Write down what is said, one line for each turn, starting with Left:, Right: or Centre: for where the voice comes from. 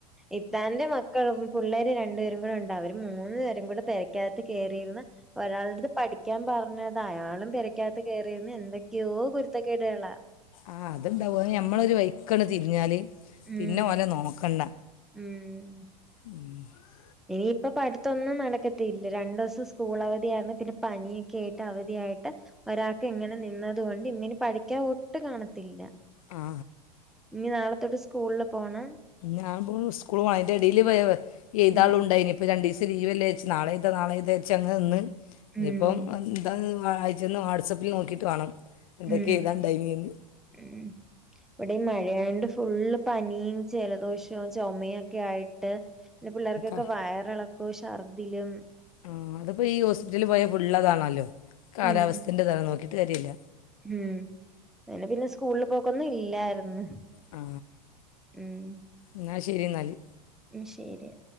Centre: ഇത്താന്റെ മക്കൾ പിള്ളേര് രണ്ടു പേരും കൂടെ ഉണ്ട് അവര് മൂന്ന് പേരും കൂടെ പെരക്കകത്ത് കയറിയിരുന്ന ഒരാളടത് പഠിക്കാൻ പറഞ്ഞത അയാളും പെരക്കകത്ത് കയറിയിര്ന്ന് എന്തൊക്കെയോ കുരുത്തക്കേട്കളാ
Left: ആഹ് അത്ണ്ടാവും നമ്മളൊരു വൈക്കട് തിരിഞ്ഞാല്
Centre: ഉം
Left: പിന്നെ ഓലെ നോക്കണ്ട
Centre: ഉം
Left: <inaudible>
Centre: ഇനിയിപ്പ പഠിത്തൊന്നും നടക്കത്തില്ല രണ്ടു ദിവസം സ്കൂൾ അവധിയാന്ന് പിന്നെ പനിയൊക്കെ ആയിട്ട് അവധിയായിട്ട് ഒരാൾക്ക് ഇങ്ങനെ നിന്നദ് കൊണ്ട് ഇന്നിനി പഠിക്കാൻ ഒട്ടും കാണത്തില്ല
Left: ആ
Centre: ഇനിനാളെത്തോട്ട് സ്കൂളില് പോണം
Left: ഞാൻ സ്കൂൾ പോന്റെടീല് എയ്താൻള്ളുംണ്ടായിനി
Centre: ഉം
Left: രണ്ടീസം ലീവല്ലേച്ച് നാളെ എയ്താ നാളെ എയ്താച്ചങ്ങനെ നിന്ന് ഇനിയിപ്പം
Centre: ഉം
Left: അയച്ചെന്ന് വാട്സആപ്പിൽ നോക്കിയിട്ട് വേണം എന്തൊക്കെ
Centre: ഉം
Left: എയ്താണ്ടേനിന്ന്
Centre: ഉം ഇവിടെ മഴയായോണ്ട് ഫുള് പനിയും ജലദോഷം ചുമയൊക്കെ ആയിട്ട് പിന്നെ പിള്ളേർക്കൊക്കെ
Left: ആ
Centre: വയറിളക്കും ഛർദിലും
Left: ആഹ് അതിപ്പോൾ ഈ ഹോസ്പിറ്റലിൽ പോയാൽ ഫുള്ളതാണല്ലോ കാലാവസ്ഥൻ്റെ
Centre: ഉം
Left: ഇത നോക്കിയിട്ട് കാര്യല്ല
Centre: ഉം അങ്ങനെ പിന്നെ സ്കൂളിൽ പോക്കൊന്നും ഇല്ലായിരുന്ന്
Left: ആ
Centre: ഉം
Left: എന്നാൽ ശരി എന്നാല്
Centre: അയ്ശരിയ